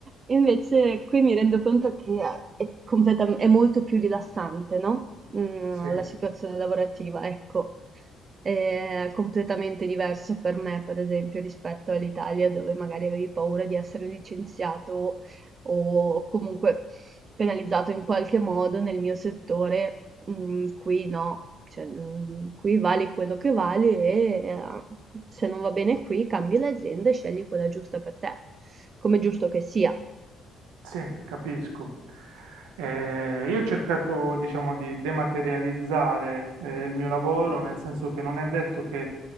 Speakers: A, on the right; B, on the right.
A: Invece qui mi rendo conto che è, completam- è molto più rilassante, no? Mm,
B: sì,
A: la situazione lavorativa, ecco, è completamente diverso per me, per esempio, rispetto all'Italia dove magari avevi paura di essere licenziato o comunque penalizzato in qualche modo nel mio settore, mhmm, qui no, cioè, mhmm, qui vali quello che vali e, ehm, se non va bene qui cambi l'azienda e scegli quella giusta per te, come è giusto che sia.
B: sì, capisco. Eh, io ho cercato, diciamo, di dematerializzare, eh, il mio lavoro, nel senso che non è detto che